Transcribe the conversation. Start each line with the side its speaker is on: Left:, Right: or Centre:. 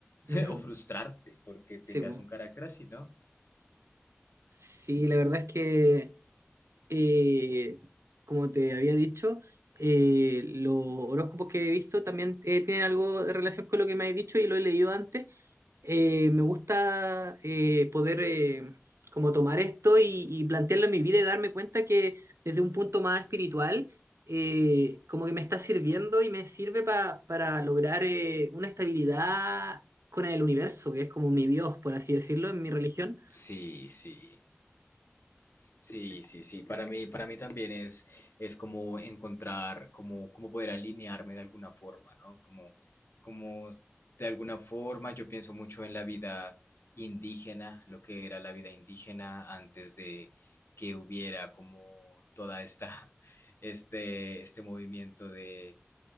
Left: <laughs>
Right: Ujú.
Left: o frustrarte porque
Right: Sí,
Left: tengas
Right: po.
Left: un carácter así, ¿no?
Right: Sí, la verdad es que eh, como te había dicho, eh, los horóscopos que he visto también eh, tienen algo de relación con lo que me has dicho y lo he leído antes. Eh, me gusta eh, poder eh, como tomar esto y, y plantearlo en mi vida y darme cuenta que desde un punto más espiritual, eh, como que me está sirviendo y me sirve pa- para lograr eh, una estabilidad con el universo, que es como mi Dios, por así decirlo, en mi religión.
Left: Sí, sí. Sí, sí, sí. Para mí, para mí también es, es como encontrar, como, como poder alinearme de alguna forma, ¿no? Como, como de alguna forma yo pienso mucho en la vida indígena, lo que era la vida indígena antes de que hubiera como toda esta, <laughs> este, este movimiento de